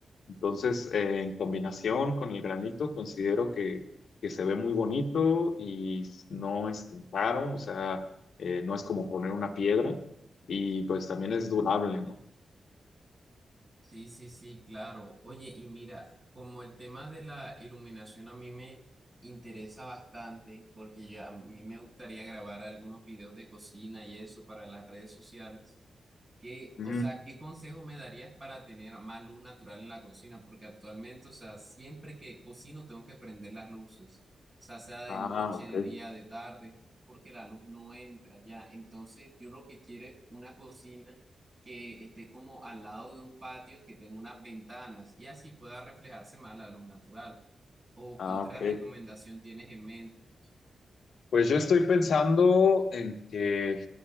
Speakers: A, on the left; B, on the right.
A: Entonces, eh, en combinación con el granito, considero que, que se ve muy bonito y no es tan caro, o sea, eh, no es como poner una piedra y pues también es durable, ¿no?
B: Sí, sí, sí, claro. Oye, y mira, como el tema de la iluminación a mí me interesa bastante, porque ya a mí me gustaría grabar algunos videos de cocina y eso para las redes sociales. ¿Qué,
A: Ujú.
B: o sea, qué consejo me darías para tener más luz natural en la cocina? Porque actualmente, o sea, siempre que cocino tengo que prender las luces, o sea, sea de
A: Ah,
B: noche,
A: ok.
B: de día, de tarde, porque la luz no entra ya. Entonces, yo lo que quiero es una cocina que esté como al lado de un patio, que tenga unas ventanas y así pueda reflejarse más la luz natural. ¿O
A: Ah,
B: qué otra
A: ok.
B: recomendación tienes en mente
A: Pues yo estoy pensando en que,